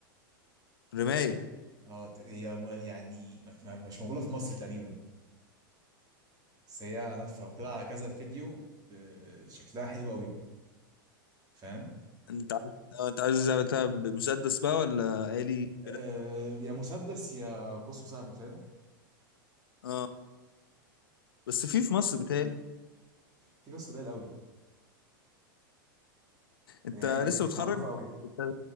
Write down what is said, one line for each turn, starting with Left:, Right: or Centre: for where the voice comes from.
Left: رمايه
Right: اه ت- هي م- يعني ما- ما- مش موجودة في مصر تقريبا بس هي انا اتفرجت لها على كذا فيديو ب- شكلها حلو قوي فاهم
Left: انت عايز آه، انت عايز زي بتاع مسدس بقى ولا آلي
Right: أه
Left: كده
Right: يا مسدس يا قوس وسهم فاهم
Left: اه بس في في مصر بتهيألي
Right: في بس قليل قوي
Left: انت
Right: هي مش مش
Left: لسه متخرج
Right: معروفه قوي
Left: انت